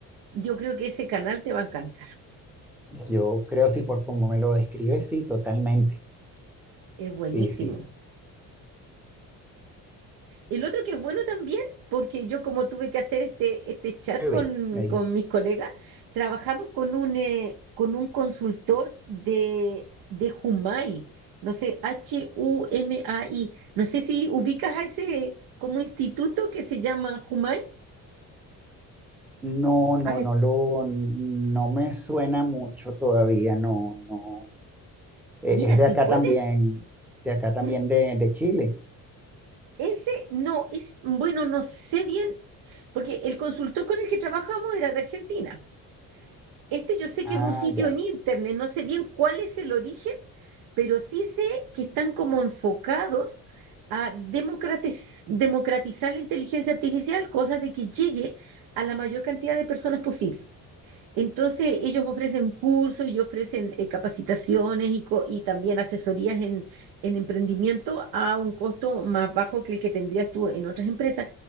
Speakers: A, on the right; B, in the centre.
A: yo creo que ese canal te va a encantar.
B: Yo creo sí, por como me lo describes, sí, totalmente.
A: Es buenísimo.
B: Sí, sí.
A: El otro que es bueno también, porque yo como tuve que hacer este, este chat
B: Bebé,
A: con,
B: me dijiste.
A: con mis colegas, trabajamos con un, eh, con un consultor de, de Humai, no sé, H-U-M-A-I, no sé si ubicas a ese como instituto que se llama Humai.
B: No, no,
A: Ah, eh,
B: no lo, no me suena mucho todavía, no, no. E-
A: mira,
B: Es de
A: si
B: acá
A: puedes,
B: también, de acá también
A: ¿m?
B: de, de Chile.
A: ese no, es, bueno, no sé bien, porque el consultor con el que trabajamos era de Argentina. Este yo sé
B: Ah,
A: que es un sitio
B: ya.
A: en internet, no sé bien cuál es el origen pero sí sé que están como enfocados a democratiz- democratizar la inteligencia artificial, cosa de que llegue a la mayor cantidad de personas posible. Entonces, ellos ofrecen cursos y ofrecen eh, capacitaciones y, co- y también asesorías en, en emprendimiento a un costo más bajo que el que tendrías tú en otras empresas.